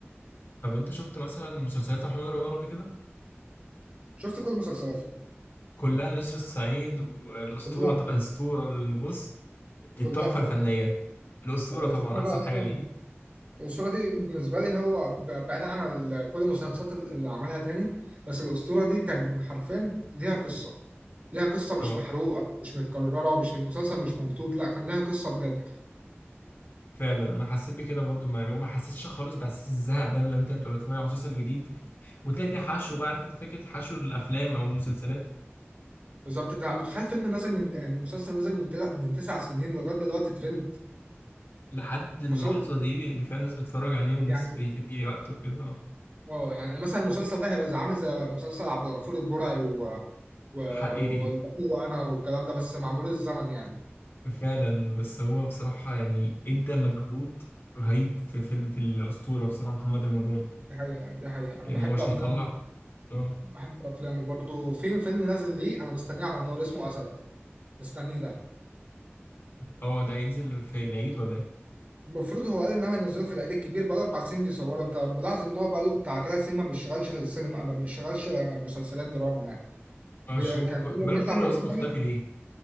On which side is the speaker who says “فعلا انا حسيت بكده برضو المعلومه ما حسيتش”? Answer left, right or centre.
Left